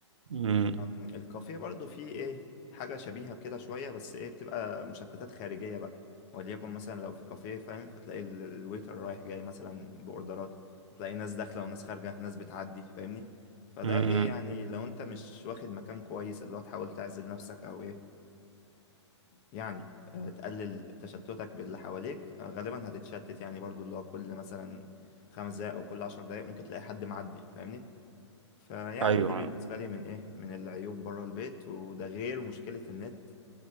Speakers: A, on the right (about 85°); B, on the left (about 35°).
A: امم
B: الكافيه برضو فيه ايه حاجة شبيهة بكده شوية بس ايه بتبقى مشتتات خارجية بقى وليكن مثلا لو في كافيه فاهم فتلاقي ال- الويتر رايح جاي مثلا بأوردرات تلاقي ناس داخلة وناس خارجة ناس بتعدي فاهمني فده
A: امم
B: ايه يعني لو انت مش واخد مكان كويس اللي هو تحاول تعزل نفسك او ايه يعني آه، تقلل تشتتك باللي حواليك آه، غالبا هتتشتت يعني برضو اللي هو كل مثلا خمس دقايق او كل عشر دقايق ممكن تلاقي حد معدي فاهمني فيعني
A: ايوه
B: دي بالنسبة لي من إيه من العيوب بره البيت وده غير مشكلة النت